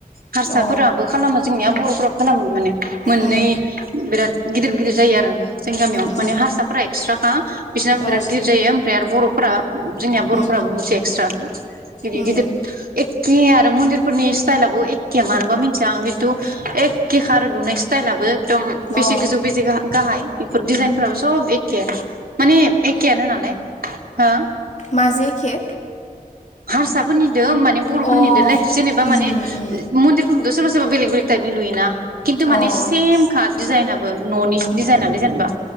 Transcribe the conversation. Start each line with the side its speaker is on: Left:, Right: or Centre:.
Right: हारसाफोराबो
Left: अ
Right: खालामो जोंनियाव बर'फोराबो खोलामो माने। मोननै
Left: उम
Right: बिराद गिदिर गिदिर जायो आरो जों गामियाव
Left: उम
Right: माने हारसाफोरा एक्सट्रा <inaudible> बिसनाबो
Left: अ
Right: बिराद गिदिर जायो ओमफ्राय आरो बर' फोरा जोंनिया
Left: उम
Right: बर'फोराबो मोनसे <inaudible> गिदिर
Left: उम
Right: गिदिर एखे आरो मन्दिरफोरनि स्टाइला आबो एखे मानोबा मिथिया आं खिन्थु एखे खार लुनाय स्टाइलाबो एकदम बेसे
Left: अ
Right: गोजौ बेसे गाहाय डिजाइनफोराबो सब एखे। माने एखेयानो नालाय। हो?
Left: माजै एखे
Right: हारसाफोरनि माने बर'फोरनिलै
Left: अ
Right: जेनेबा
Left: उम
Right: माने
Left: उम
Right: मन्दिरफोरखो सोरबा सोरबा बेलग बेलग तायेपनि लुयो ना। खिन्थु माने
Left: अ ओं
Right: सेमखा डिजाइनाबो न'नि डिजाइनल जेनेबा